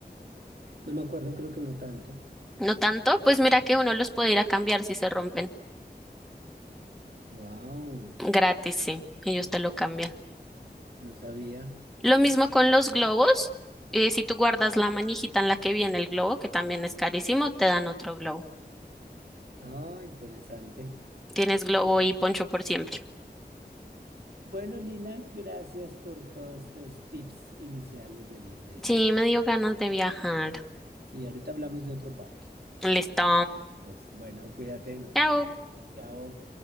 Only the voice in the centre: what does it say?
No tanto, pues mira que uno los puede ir a cambiar si se rompen.
Gratis, sí, ellos te lo cambian.
Lo mismo con los globos. eh, si tú guardas la manijita en la que viene el globo, que también es carísimo, te dan otro globo.
Tienes globo
y poncho por siempre.
Sí, me dio ganas de viajar.
Listo.
Chao.